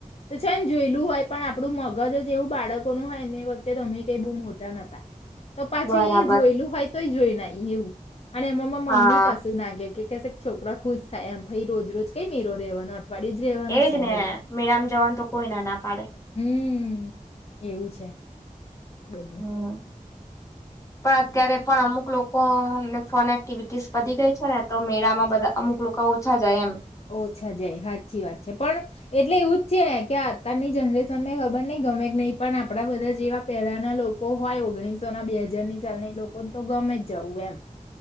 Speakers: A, on the left; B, on the left.
A: તો છે ને જોયેલું હોય પણ આપણું મગજ એવું બાળકો ન હોય ને એ વખતે તમે કઈ બહુ મોટા નહતા તો પાછું
B: બરાબર
A: એ જોયેલું હોય તોય જોઈ ના એવું અને એમાંમાં
B: હા
A: મમ્મી કશું નાાગે છોકરા ખુશ થાય એમ ભાઈ રોજ રોજ કઈ મેીરો રહેવાનો હતો પળી જ રેવાનો
B: એજ
A: છે
B: ને
A: એવું
B: મેળામાં જવાનું તો કોઈ ના ના પાડે
A: હમ એવું છે બલું
B: હમ પણ અત્યારે પણ અમુક લોકો કોને ફોન એક્ટિવિટીસ વધી ગઈ છે ને તો મેળામાં બધા અમુક લોકો ઓછા જાય એમ.
A: ઓછા જય હા સાચી વાત છે પણ એટલે એવું જ છે કે અતારની જનરેશનને ખબર નહિ ગમે જ નહીં પણ આપણા બધા જેવા પહેલાના લોકો હોય ઓગણીસો ના બે હાજારની સાલ લોકોને તો ગમે જ જવું એમ.